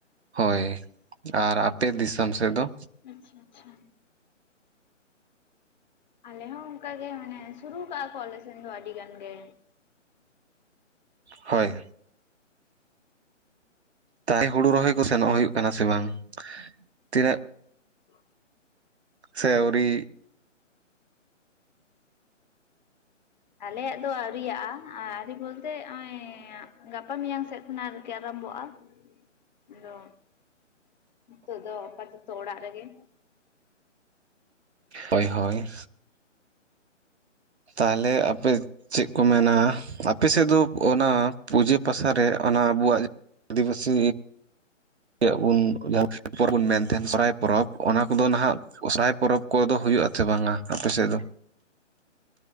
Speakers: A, on the right; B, on the left.
A: ᱦᱳᱭ ᱟᱨ ᱟᱯᱮ ᱫᱤᱥᱚᱢ ᱥᱮᱫ ᱫᱚ?
B: ᱟᱪᱪᱷᱟ ᱟᱪᱪᱷᱟ ᱟᱞᱮ ᱦᱚᱸ ᱚᱱᱠᱟᱜ ᱜᱮ ᱢᱟᱱᱮ ᱥᱩᱨᱩ ᱠᱟᱜᱼᱟ ᱠᱚ ᱟᱞᱮ ᱥᱮᱱ ᱫᱚ ᱟᱹᱰᱤ ᱜᱟᱱ ᱜᱮ᱾
A: ᱦᱳᱭ ᱛᱟᱭ ᱦᱩᱲᱩ ᱨᱚᱦᱚᱭ ᱠᱚ ᱥᱮᱱᱚᱜ ᱦᱩᱭᱩᱜ ᱠᱟᱱᱟ ᱥᱮ ᱵᱟᱝ ᱛᱤᱱᱟᱹᱜ
B: <inaudible>
A: ᱥᱮ ᱟᱹᱣᱨᱤ
B: ᱟᱞᱮ ᱭᱟᱜ ᱫᱚ ᱟᱹᱣᱨᱤᱭᱟᱜ-ᱟ ᱟᱹᱨᱤ ᱵᱚᱞ ᱛᱮ ᱦᱚᱜᱼᱚᱭ ᱜᱟᱯᱟ ᱢᱮᱭᱟᱝ ᱥᱮᱫ ᱠᱷᱚᱱᱟᱜ <unintelligible> <unintelligible> ᱟᱨᱟᱢ ᱵᱚᱜᱼᱟ ᱟᱫᱚ ᱱᱤᱛᱚᱜ ᱫᱚ ᱟᱯᱟᱛᱚᱛᱚ ᱚᱲᱟᱜ ᱨᱮ ᱜᱮ᱾
A: ᱦᱳᱭ ᱦᱳᱭ ᱛᱟᱦᱞᱮ ᱟᱯᱮ ᱪᱮᱫ ᱠᱚ ᱢᱮᱱᱟ ᱟᱯᱮ ᱥᱮᱫ ᱫᱚ ᱚᱱᱟ ᱯᱩᱡᱟᱹ ᱯᱟᱥᱟ ᱨᱮ ᱚᱱᱟ ᱟᱵᱚᱣᱟᱜ ᱟᱫᱤᱵᱟᱹᱥᱤ <unintelligible> ᱡᱟᱦᱟᱸ ᱯᱚᱨᱚᱵ ᱵᱚᱱ ᱢᱮᱱ ᱛᱟᱦᱮᱱᱟ ᱥᱚᱦᱨᱟᱭ ᱯᱚᱨᱚᱵᱽ ᱚᱱᱟ ᱠᱚ ᱫᱚ ᱱᱟᱦᱟᱜ <inaudible> ᱯᱚᱨᱚᱵᱽ ᱠᱚ ᱫᱚ ᱦᱩᱭᱩᱜᱼᱟ ᱥᱮ ᱵᱟᱝ-ᱟ ᱟᱯᱮ ᱥᱮᱫ ᱫᱚ᱾